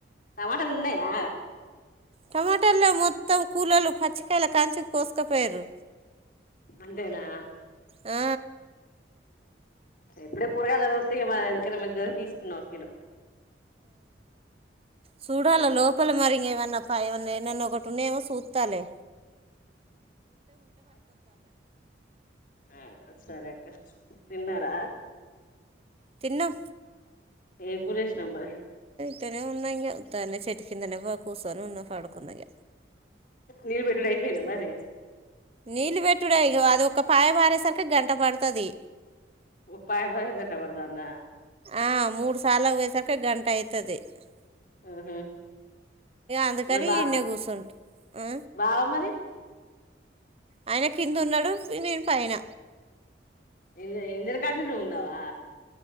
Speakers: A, on the left; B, on the right.
A: టమాటలు ఉన్నాయా
B: టమాటల్లెవ్ మొత్తం కూలొల్లు పచ్చికాయల కలిసి కోసుకపోయ్యర్రూ
A: అంతేనా
B: ఆ
A: ఇప్పుడే కూరగాయలవి వత్తె ఎందుకన్న మంచిదని తీసుకున్నా ఒక కిలో
B: చూడాలా లోపల మరింగ ఏమన్నా పా ఏమన్నా ఏన్నన్నా ఒకటి ఉందేమో చూత్తారులే
A: ఆ సరే క తిన్నారా
B: తిన్నం
A: ఏపురేష్ నంబర్
B: ఉత్తనే ఉన్నా ఇంగ త్తనే చెట్టు కిందనే బ కూసోని ఉన్న పడుకున్నా ఇగ
A: నీలు బెట్టుడు అయిపోయిందా మరి
B: నీళ్లు పెట్టుడే అది ఒక పాయ పారేసరికి గంట పడుతది
A: ఒ పాయ బారేకి గంట పడుతాందా
B: ఆ మూడ్ సాల్లకు వోయెసరిక గంటై <unintelligible>
A: మ్ హుమ్
B: అందుకని
A: మరి బా
B: ఈడనే కూర్చుంట ఆ
A: బావ మరి
B: ఆయన కింద ఉన్నాడు నేను పైన
A: ఎళ్లి ఎళ్ళినకాడ నుంచి నువ్వు ఉన్నావా